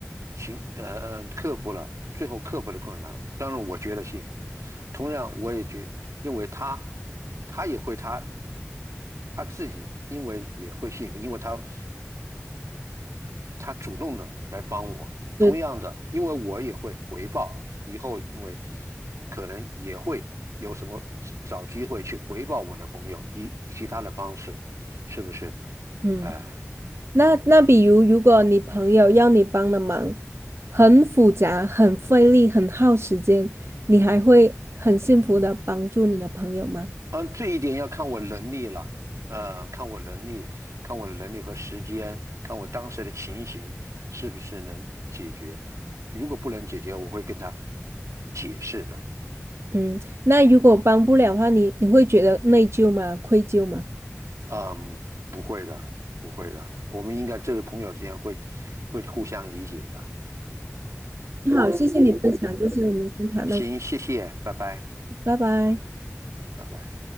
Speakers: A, on the right (about 80°); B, on the right (about 55°).
A: 行呃呃克服了最后克服了困难，当然我觉得幸福。同样，我也觉认为他他也会他他自己因为也会幸福，因为他他主动的来帮我。
B: 对，
A: 同样的，因为我也会回报，以后因为可能也会有什么找机会去回报我的朋友，以其他的方式，是不是？
B: 嗯，
A: 哎、
B: 那那比如如果你朋友要你帮的忙，很复杂、很费力、很耗时间，你还会很幸福的帮助你的朋友吗？
A: 嗯，这一点要看我能力了，呃，看我能力，看我的能力和时间，看我当时的情形是不是能解决。如果不能解决，我会跟他解释的。
B: 嗯，那如果帮不了的话，你你会觉得内疚吗？愧疚吗？
A: 嗯，不会的，不会的，我们应该这个朋友之间会会互相理解的。
B: 好，谢谢你分享，这是我们先谈到这里
A: 行，谢谢，拜拜，
B: 拜拜。
A: 拜拜。